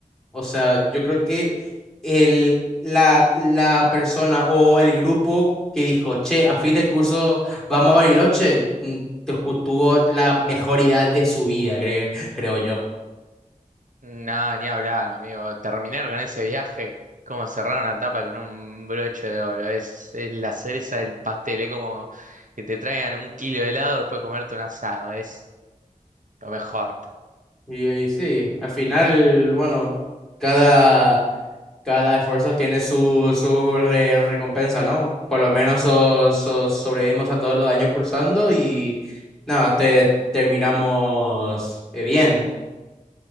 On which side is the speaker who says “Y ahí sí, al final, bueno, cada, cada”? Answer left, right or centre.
Centre